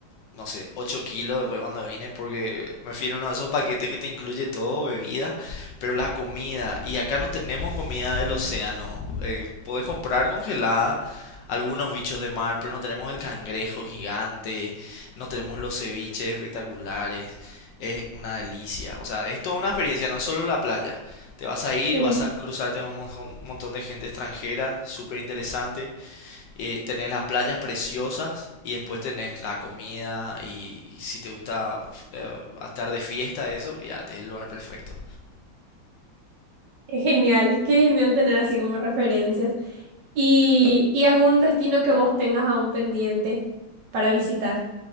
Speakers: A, on the left; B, on the right.
A: no sé, 8 kilos después cuando vine porque me fui en uno de esos paquetes que te incluye todo, bebida, pero la comida. Y acá no tenemos comida del océano. Eh, podés comprar congelada algunos bichos de mar, pero no tenemos el cangrejo gigante, no tenemos los ceviches espectaculares. Es una delicia. O sea, es toda una experiencia, no es solo la playa. Te vas a ir,
B: Sí.
A: vas a cruzarte con un montón de gente extranjera, súper interesante. Eh, tenés las playas preciosas y después tenés la comida y si te gusta eh, estar de fiesta, eso, olvídate, es el lugar perfecto.
B: Qué Genial, qué genial tener así como referencias. ¿Y, y algún destino que vos tengas aún pendiente para visitar?